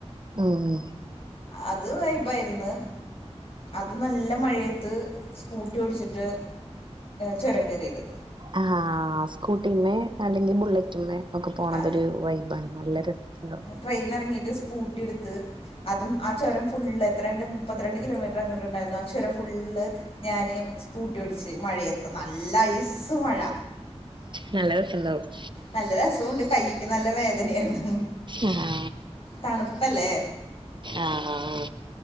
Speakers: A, on the right; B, on the left.
A: ആഹ്
B: അത് വൈബായിര്ന്ന് അതും നല്ല മഴയെത്ത് സ്കൂട്ടി ഓടിച്ചിട്ട് ചുരം കേറിയത്.
A: ആഹ് സ്കൂട്ടിമ്മേ അല്ലെങ്കി ബുള്ളറ്റ്മ്മേ ഒക്കെ പോണതൊരു
B: ആ
A: വൈബാണ്. നല്ല രസ്സള്ള
B: ട്രെയിനെർങ്ങീട്ട് സ്കൂട്ടി ട്ത്ത് അതും ആ ചുരം ഫുള്ള്, എത്രണ്ട് മുപ്പത്തിരണ്ട് കിലോമീറ്റർ അങ്ങട്ടുണ്ടായിരുന്നു ആ ചുരം ഫുള്ള് ഞാന് സ്കൂട്ട്യോടിച്ച്, മഴയത്ത്, നല്ല ഐസ് മഴ.
A: നല്ല രസ ണ്ടാവും.
B: നല്ല രസവൂണ്ട് കയ്യ്ക്ക് നല്ല വേദനയാണ്.
A: ആഹ്
B: തണുപ്പല്ലേ
A: ആഹ് ആഹ്